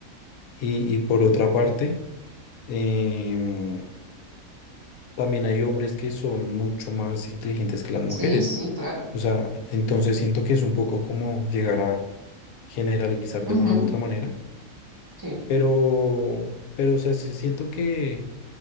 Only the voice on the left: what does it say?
Y, y por otra parte, em, también hay hombres que son mucho más inteligentes que las mujeres.
O sea, entonces siento que es un poco como llegar a generalizar
de una u otra manera,
pero, pero, o sea, sí siento que